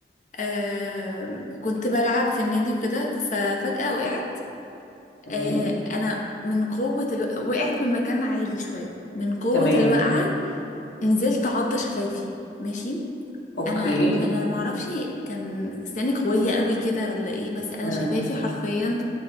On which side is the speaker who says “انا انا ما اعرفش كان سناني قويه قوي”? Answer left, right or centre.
Left